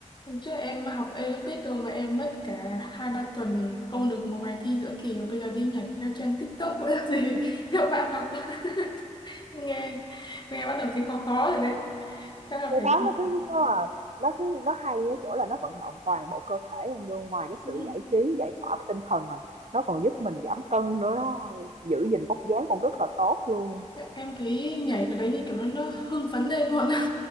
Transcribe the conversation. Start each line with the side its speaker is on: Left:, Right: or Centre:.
Left: Hôm trước em học aerobic rồi mà em mất cả hai ba tuần để ôn được một bài thi giữa kỳ và bây giờ đi nhảy theo trend TikTok nữa làm gì <laughs> các bạn học <laughs> nghe nghe bắt đầu thấy khó khó rồi đấy chắc là
Right: cái
Left: phải
Right: đó nó cứ như có là nó cứ nó hay ở chỗ là nó vận động toàn bộ cơ thể em luôn ngoài cái sự
Left: ừ.
Right: giải trí giải tỏa với tinh thần rồi nó còn giúp mình giảm cân nữa đó giữ gìn vóc dáng cũng rất là tốt luôn
Left: em thấy nhảy cái đấy như kiểu nó, nó hưng phấn lên luôn